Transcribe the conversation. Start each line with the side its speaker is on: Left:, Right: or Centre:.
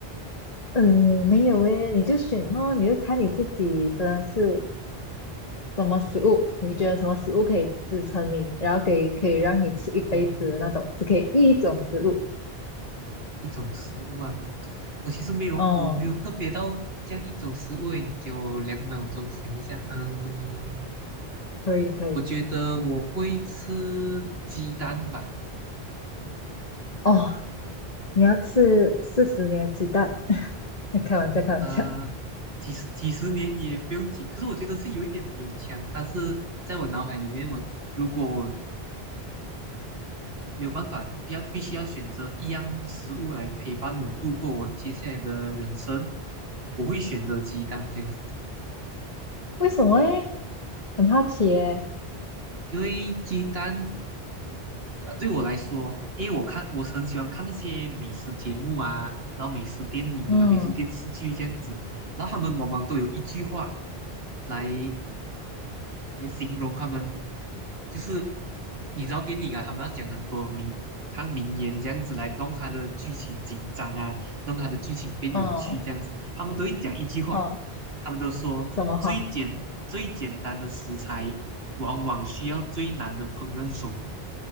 Left: 嗯，没有诶，你就选咯，你就看你自己真的是什么食物，你觉得什么食物可以支撑你，然后给可以让你吃一辈子的那种，
Right: 嗯，
Left: 只可以一种食物。
Right: 一种食物啊，我其实没有，
Left: 哦，
Right: 我没有特别到这样一种食物诶，你给我两秒钟想一下，嗯，
Left: 可以可以。
Right: 我觉得我会吃鸡蛋吧。
Left: 哦，你要吃四十年的鸡蛋？<laughs> 开玩笑，开玩笑。
Right: 呃，几十几十年也不用紧，可是我觉得是有一点勉强。但是在我脑海里面，我如果我没有办法，必要必须要选择一样食物来陪伴我度过我接下来的人生，我会选择鸡蛋这样子，
Left: 为什么诶？很好奇诶。
Right: 因为鸡蛋呃对我来说，因为我看我很喜欢看那些美食节目啊，然后美食电影啊、
Left: 嗯
Right: 美食电视剧这样子，然后他们往往都有一句话来。来形容他们，就是你知道电影啊，他们要讲很多名，他名言这样子来弄他的剧情紧张啊，弄他的剧情变有趣这样子，
Left: 嗯
Right: 他们都会讲一句话，
Left: 嗯，
Right: 他们都说最简最简单的食材，
Left: 什么话？
Right: 往往需要最难的烹饪手法。